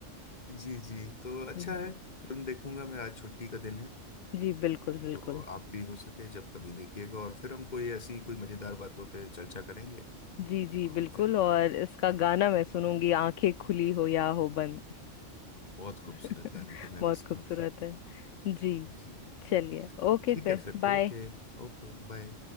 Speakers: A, on the left; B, on the left.
A: जी जी तो
B: जी
A: अच्छा है फिल्म देखूंगा मैं आज छुट्टी का दिन है
B: जी बिल्कुल बिल्कुल
A: तो आप भी हो सके जब कभी देखिएगा और फिर हम कोई ऐसी कोई मजेदार बातों पे चर्चा करेंगे
B: जी जी
A: और
B: बिल्कुल
A: फिर
B: और इसका गाना मैं सुनूंगी आंखें खुली हो या हो बंद
A: बहुत खूबसूरत
B: <laughs>
A: गाने थे मैं
B: बहुत
A: भी सुनूंगा
B: खूबसूरत है जी
A: जी
B: चलिए ओके
A: ठीक
B: फिर
A: है फिर
B: बाय
A: ओके Okay bye